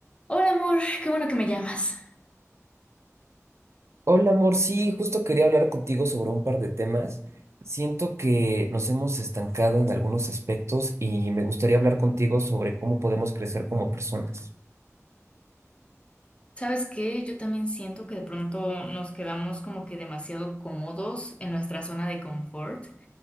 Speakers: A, on the left; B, on the right.
A: Hola amor, qué bueno que me llamas.
B: Hola, amor. Sí, justo quería hablar contigo sobre un par de temas. Siento que nos hemos estancado en algunos aspectos y me gustaría hablar contigo sobre cómo podemos crecer como personas.
A: ¿Sabes qué? Yo también siento que de pronto nos quedamos como que demasiado cómodos en nuestra zona de confort